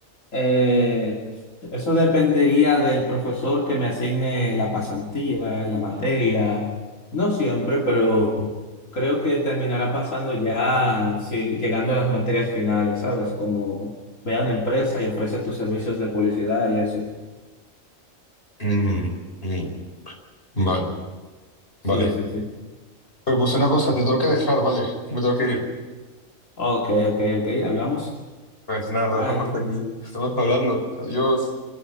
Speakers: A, on the left; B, on the left.
A: Eh, eso dependería del profesor que me asigne la pasantía, la materia. No siempre, pero creo que terminará pasando ya sí, llegando a las materias finales, ¿sabes? Como ve a una empresa y ofrece tus servicios de publicidad y eso.
B: Mm, mm, vale,
A: Sí,
B: vale.
A: sí, sí.
B: Pero pues una cosa, te tengo que dejar, vale, me tengo que ir.
A: Ok, ok, ok. Hablamos.
B: Pues nada, lo
A: Bye.
B: dejamos hasta aquí. Estamos hablando. Adiós.